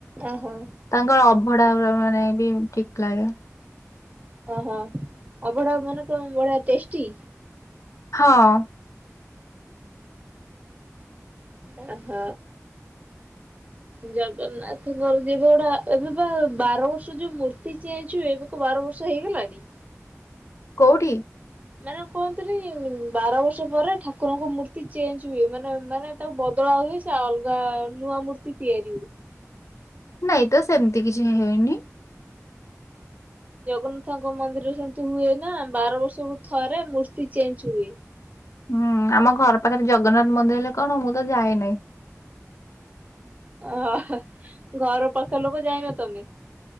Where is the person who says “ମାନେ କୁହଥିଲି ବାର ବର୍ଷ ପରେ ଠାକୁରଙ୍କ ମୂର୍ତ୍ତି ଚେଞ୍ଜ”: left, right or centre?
Right